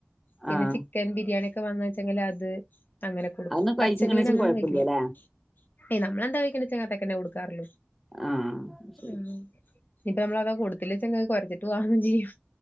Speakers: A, on the left; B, in the centre.
A: പിന്നെ
B: ആഹ്
A: ചിക്കൻ ബിരിയാണി ഒക്കെ വാങ്ങാച്ചെങ്കില ത് അങ്ങനൊക്കൊ കൊടുക്കും.
B: അതൊന്ന് കഴിച്ച്ക്ക്‌ണേച്ചാ
A: പച്ചമീൻ അങ്ങനൊന്നും
B: കൊഴപ്പല്ല്യലേ.
A: കഴിക്കൂല്ല. അയ് നമ്മളെന്താ കഴിക്ക്ണേ ച്ചാ അങ്ങത്തേക്കന്നെ കൊടുക്കാറുള്ളൂ.
B: ആഹ് ശരി.
A: ആഹ് ഇപ്പ നമ്മളത് കൊടുത്തില്ല ച്ചെങ്ക് കൊരച്ചിട്ട് വാങ്ങും ചെയ്യും.